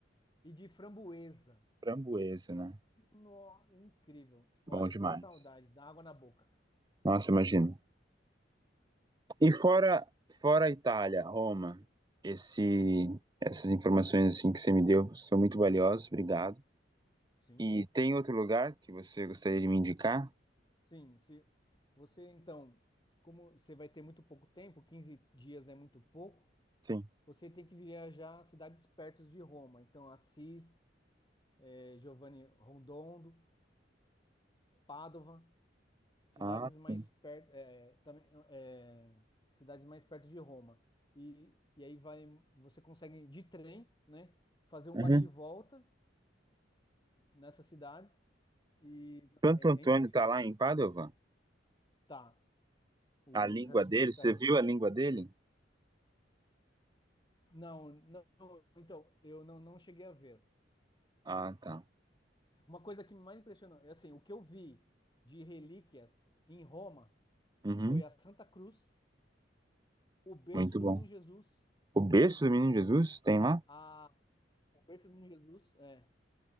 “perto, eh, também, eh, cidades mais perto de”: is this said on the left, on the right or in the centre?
Left